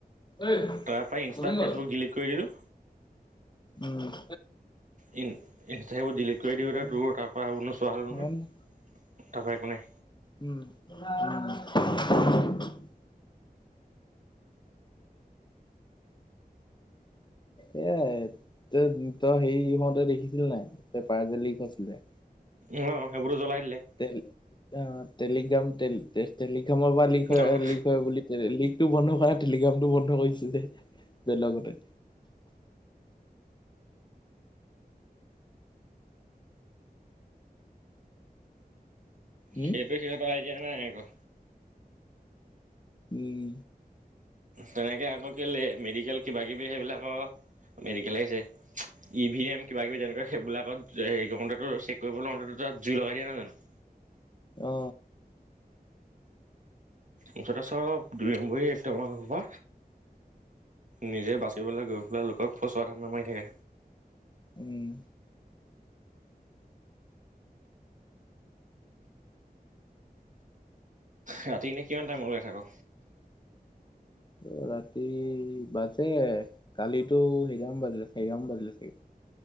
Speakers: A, on the left; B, on the right.
A: ঐ
B: তাৰ পৰা ইনষ্টা
A: গোবিন ক'ত
B: ফেচবুক ডিলিট কৰি দিলোঁ।
A: উম <unintelligible>
B: ই ইনষ্টা সেইবোৰ ডিলিট কৰি দিওঁতে
A: নাজানো
B: তোৰ তাৰপৰা এইবোৰ নোচোৱা হ'ল নহয়,
A: নাজানো
B: তাৰপৰা একো নাই।
A: উম উম <unintelligible> এয়াই তে তই হেৰি হওঁতে দেখিছিল নাই পেপাৰ যে লিক হৈছিলে?
B: অঁ সেইবোৰো ত জ্বলাই দিলে।
A: টেল অ টেলিগ্ৰাম টে টেলিগ্ৰামৰ পৰা লিক হয়
B: অ'
A: লিক হয় বুলি লিকটো বন্ধ কৰা টেলিগ্ৰামটো বন্ধ কৰিছে দে লগতে। উম,
B: সেইটো সিহঁতৰ আইডিয়া নাই আকৌ।
A: উম।
B: তেনেকে আকৌ কেলে মেডিকেল কিবা কিবি সেইবিলাকৰ মেডিকেলহে চাই। ই ভি এম কিবা কিবি তেনেকুৱা সেইবিলাকত সেই কৰোঁতে তোৰ চেক কৰিব লওঁতে তাত জুই লগাই দিয়া নাই জানো।
A: অ।
B: মুঠতে সব দুই নম্বৰি একদম আও সেইসোপা। নিজে বাচিবলে গৈ পেলাই লোকক ফচুৱা ধাণ্ডা মাৰি থাকে।
A: উম।
B: ৰাতি এনেই কিমান টাইমৰলেকে থাক?
A: অ ৰাতি বাজে কালিতো সেইটামান বাজিলে চাৰিটা মান বাজিলে চাগে।